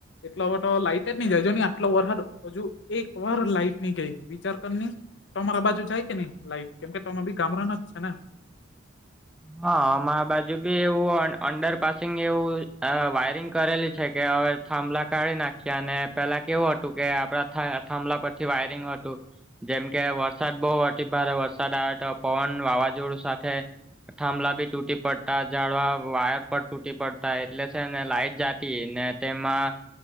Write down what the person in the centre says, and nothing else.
હા મારા બાજુ બી એવું અંડરપાસિંગ એવું વાયરિંગ કરેલી છે કે હવે થાંભલા કાઢી નાખ્યા અને પેલા કેવું હતું કે આપડા થાંભલા પછી વાયરિંગ હતું જેમ કે વરસાદ બહુ અતિભારે વરસાદ આવે તો પવન વાવાઝોડું સાથે થાંભલા બી તૂટી પડતા ઝડવા વાયર પર તૂટી પડતા એટલે છે ને લાઇટ જતી ને તેમાં